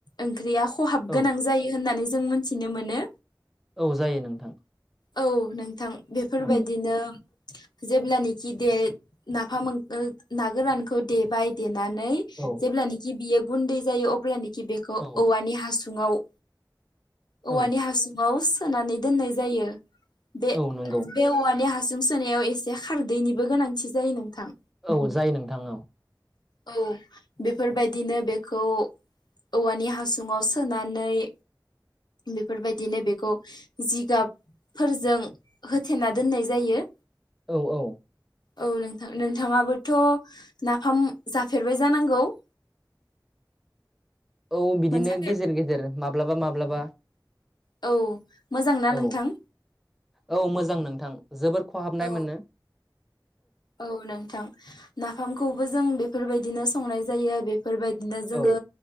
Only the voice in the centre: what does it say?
औ
औ जायो नोंथां।
औ
औ
औ
औ
औ नंगौ
औ जायो नोंथां औ
औ औ
औ बिदिनो
गेजेर गेजेर माब्लाबा माब्लाबा
औ
औ मोजां नोंथां जोबोर खहाबनाय
मोनो।
औ